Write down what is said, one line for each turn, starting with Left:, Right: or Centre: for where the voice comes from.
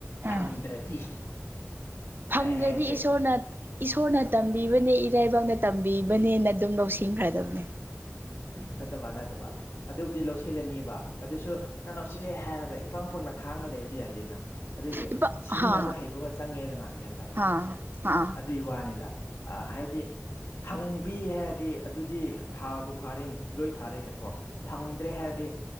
Left: ꯐꯪꯗ꯭ꯔꯗꯤ
Right: ꯑꯥ ꯐꯪꯗ꯭ꯔꯗꯤ
Left: ꯑꯩ ꯍꯥꯏꯕꯁꯦ
Right: ꯏꯁꯣꯔꯅ ꯏꯁꯣꯔꯅ ꯇꯝꯕꯤꯕꯅꯦ ꯏꯔꯥꯏꯕꯛꯅ ꯇꯝꯕꯤ ꯄꯤꯕꯅꯦꯅ ꯑꯗꯨꯝ ꯂꯧꯁꯤꯡꯈ꯭ꯔꯗꯕꯅꯦ
Left: ꯅꯠꯇꯕ ꯅꯠꯇꯕ ꯑꯗꯨꯕꯨꯗꯤ ꯂꯧꯁꯤꯜꯂꯅꯤꯕ ꯑꯗꯨꯁꯨ ꯅꯪ ꯂꯧꯁꯤꯜꯂꯦ ꯍꯥꯏꯔꯒ ꯏꯄꯪ ꯄꯪꯅ ꯈꯥꯡꯉ ꯂꯩꯕꯗꯤ ꯌꯥꯗꯦꯅ ꯑꯗꯨꯒꯤ
Right: ꯏꯄꯥ
Left: ꯁꯤꯖꯤꯟꯅꯕ
Right: ꯍꯥ
Left: ꯍꯩꯕ ꯑꯃ ꯆꯪꯉꯦꯗꯅ ꯒ꯭ꯌꯥꯟ ꯇꯥꯏꯅ
Right: ꯍꯥ ꯍꯥ
Left: ꯑꯗꯨꯒꯤ ꯋꯥꯅꯤꯗ ꯍꯥꯏꯕꯗꯤ ꯊꯪꯕꯤ ꯍꯥꯏꯔꯗꯤ ꯑꯗꯨꯗꯤ ꯐꯥꯕꯨ ꯐꯥꯔꯦꯅꯦ ꯂꯣꯏ ꯐꯥꯔꯦꯗꯀꯣ ꯊꯪꯗ꯭ꯔꯦ ꯍꯥꯏꯔꯗꯤ